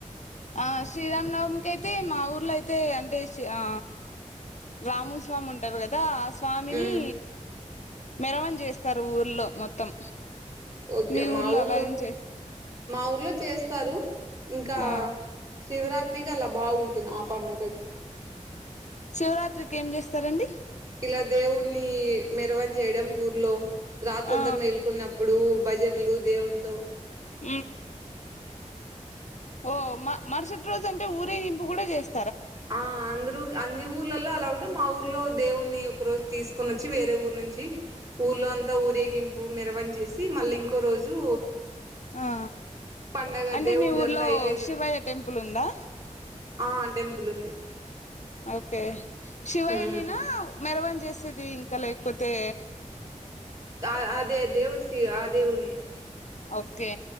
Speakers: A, on the left; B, on the right.
A: ఆ శ్రీరామనవమికి అయితే మా ఊర్లో అయితే అంత దేశీ ఆ రాముల్ స్వామి ఉంటార్ గాదా. ఆ స్వామిని
B: ఉమ్
A: మెరవం చేస్తారు ఊర్లో మొత్తం.
B: ఓకే
A: మీ
B: మా ఊర్లో.
A: అలా ఏం చే
B: మా ఊర్లో చేస్తారు. ఇంకా
A: ఆ
B: శివరాత్రికి అలా బాగుంటుంది. ఆ పండగకి
A: శివరాత్రికి ఏం చేస్తారండి?
B: ఇలా దేవున్ణి మెరవన్ చేయడం ఊర్లో. రాత్రి
A: ఆ
B: అంతా మేల్కున్నప్పుడు. భజన్లు దేవున్తో
A: ఉమ్ ఓ మ మరుసటి రోజు అంటే. ఊరేగింపు కూడా. చేస్
B: ఆ అందరుూ అన్ని ఊర్లలో అలా ఉంటే. మా ఊర్లో దేవుణ్ని ఒక రోజు తీసుకోనోచ్ చ్చి వేరే ఊర్ నుంచి ఊర్లో అం త ఊరేగింపు మెరవన్ చేసి. మళ్ళీ ఇంకో రోజు
A: ఆ
B: పండగ
A: అంటే
B: దేవుడు
A: మీ ఊర్లో
B: అంతా అయిపోయిన తర్వాత
A: శివయ్య టెంపుల్ ఉందా?
B: ఆ టెంపుల్ ఉంది.
A: ఓకే శివయ్యనేనా
B: ఉమ్
A: మెరవన్ చేస్ సేది ఇంకా లేక్పోతే.
B: ఆ అదే దే దేవుడు సి ఆ దేవున్నే
A: ఓకే